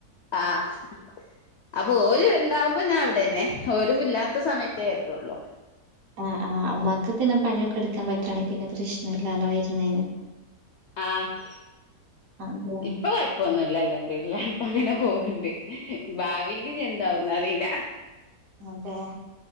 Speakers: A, on the left (about 70°); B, on the right (about 65°).
A: ആഹ് അപ്പൊ ഓര് ഇണ്ടാവുമ്പ ഞാൻ അവിടെന്നെ. ഒരു ഇല്ലാത്ത സമയത്തേ വര്ലൊള്ളൂ.
B: ആഹ് ആഹ് ഉമ്മാക്ക് പിന്നെ പണിയൊക്കെ ഇടുക്കാൻ പറ്റാണെ പിന്നെ പ്രശ്നാല്ലാല്ലോ വര്ന്നേന്.
A: ആഹ്
B: അതെ
A: ഇപ്പൊ കൊഴപ്പൊന്നുല്ല അല്ലൽഹംദുലില്ല. ഇപ്പ അങ്ങനെ പോവ്ണ്ട്. ഭാവിയില് ഇഞ്ഞ് എന്താവുന്ന് അറീല
B: അതെ.